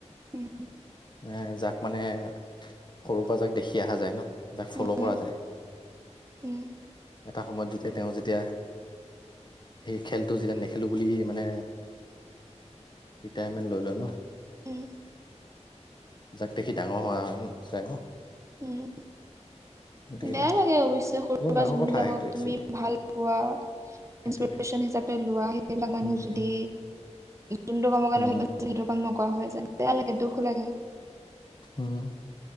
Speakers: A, on the right; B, on the left.
A: উম
B: এ যাক মানে। সৰু পৰা যাক দেখি অহা যায় ন যাক ফল'
A: উম
B: কৰা যায়।
A: উম
B: এটা সময়ত যেতিয়া তেওঁ যেতিয়া সেই খেলটো যেতিয়া নেখেলো বুলি। মানে ৰিটাৰমেন্ট লৈ লয় ন।
A: উম।
B: যাক দেখি ডাঙৰ হোৱা চাই ন।
A: উম।
B: গতিকে
A: বেয়া লাগে অৱশ্যে সৰু
B: বৰ ডাঙৰ
A: বা যোনবিলাকক
B: কথা সেইটো একচুৱেলি
A: তুমি ভাল পোৱা।
B: সেইটোৱে
A: ইৰেশচন হিচাপে লোৱা সেইবিলাক মানুহ
B: উম
A: যদি যোনটো কাম কাৰণ
B: উম
A: সেইবিলাক। যিহেতু কাম নকৰা হয় যায় বেয়া লাগে দুখ লাগে।
B: উম।